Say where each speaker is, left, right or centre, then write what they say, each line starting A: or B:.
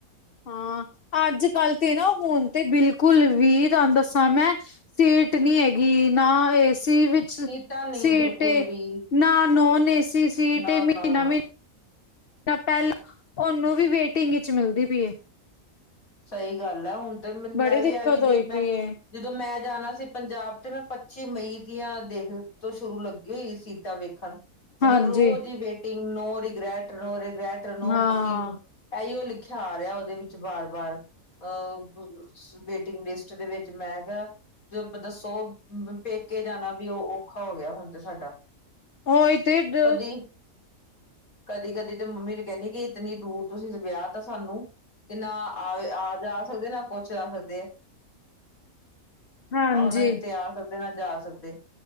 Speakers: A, on the left; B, on the left.
A: ਹਾਂ, ਅੱਜ-ਕੱਲ ਤੇ ਨਾ ਹੁਣ ਤੇ ਬਿਲਕੁਲ ਵੀ ਤੁਆਨ ਦੱਸਾਂ ਮੈਂ ਸੀਟ ਨੀ ਹੈਗੀ ਨਾ, ਏਸ ਸੀ ਵਿੱਚ
B: ਸੀਟਾਂ ਨੀ
A: ਸੀਟ
B: ਹੈ ਬਿਲਕੁਲ
A: ਏ,
B: ਵੀ
A: ਨਾ ਨੋਨ ਏਸੀ ਸੀਟ
B: ਨਾ
A: ਏ, ਮੀਨਾ-ਮੀਨ
B: ਨਾ
A: ਨਾਂ ਪੈਲਾਂ ਓਨੂੰ ਓਵੀ ਵੇਟਿੰਗ ਇਚ ਮਿਲਦੀ ਪਈ ਏ‌।
B: ਸਹੀ ਗੱਲ ਐ, ਹੁਣ ਤੇ ਮੀਨ
A: ਬੜੀ
B: ਮੈਂ ਵੀ
A: ਦਿੱਕਤ
B: ਐ ਵੀ
A: ਹੋਈ
B: ਦਿਨ
A: ਪਈ
B: ਐ
A: ਏ
B: ਜਦੋਂ ਮੈਂ ਜਾਣਾ ਸੀ ਪੰਜਾਬ ਤੇ ਮੈਂ ਪੱਚੀ ਮਈ ਦੀਆਂ ਦੇਖ ਅ ਤੋਂ ਸ਼ੁਰੂ ਲੱਗੀ ਹੋਈ ਸੀ ਟਾ ਵੇਖਨ ਮਤਲਬ
A: ਹਾਂਜੀ
B: ਰੋਜ਼ ਹੀ waiting, no regret, no regret, no
A: ਹਾਂ
B: booking. ਐਈਓ ਲਿਖਿਆ ਆ ਰੇਯਾ, ਓਦੇ ਵਿੱਚ ਬਾਰ-ਬਾਰ ਅ ਵੇਟਿੰਗ ਲਿਸਟ ਚ ਦੇ ਵਿੱਚ ਮੈਂ ਕੈ ਜੇ ਬ ਦੱਸੋ ਪੇਕੇ ਜਾਣਾ ਵੀ ਔ ਔ ਖਾ ਹੋ ਗਯਾ ਹੁਣ ਤੇ ਸਾਡਾ,
A: ਉਹੀ ਤੇ ਡ
B: ਕਦੀ ਕਦੀ-ਕਦੀ ਤੇ ਮੰਮੀ ਨੂੰ ਕੈੰਨੀਂ ਅ ਕਿ ਇਤਨੀ ਦੂਰ ਤੁਸੀਂ ਤੇ ਵਯਾ ਤਾਂ ਸਾਨੂੰ, ਕਿ ਨਾ ਆਵੇ ਆ ਜਾ ਸਕਦੇ ਨਾ ਕੋਛ ਜਾ ਸਕਦੇ ਐ।
A: ਹਾਂਜੀ
B: ਔਹੋ ਨਾ ਕਿਤੇ ਆ ਸਕਦੇ ਨਾ ਜਾ ਸਕਦੇ,